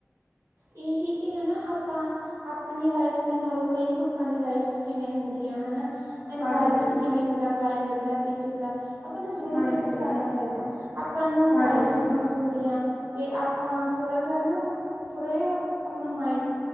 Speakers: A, on the right; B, on the left.
A: ਇਹੀ ਕਿ ਹਨਾ ਆਪਾਂ ਆਪਣੀ ਲਾਈਫ ਦੇ ਨਾਲੋਂ ਕਈ ਲੋਕਾਂ ਦੀ ਲਾਈਫ ਕਿਵੇਂ ਹੁੰਦੀ ਆ ਹਨਾਂ। ਇਨਵਾਇਰਮੈਂਟ
B: ਹਾਂਜੀ
A: ਕਿਵੇਂ ਹੁੰਦਾ ਕਲਾਈਮੇਟ ਦਾ ਚੇਂਜ ਹੁੰਦਾ। ਆਪਾਂ ਨੂੰ ਜ਼ਰੂਰ
B: ਹਾਂਜੀ
A: ਵਿਜ਼ਿਟ ਕਰਨਾ ਚਾਹੀਦਾ ਆਪਾਂ ਨੂੰ ਨੌਲੇਜ
B: ਹਾਂਜੀ
A: ਇਨਹਾਂਸ ਹੁੰਦੀ ਆ। ਤੇ ਆਪਾਂ ਥੋੜ੍ਹਾ ਜਾ ਨਾ ਥੋੜ੍ਹਾ ਜਾ ਆਪਣਾ ਮਾਇੰਡ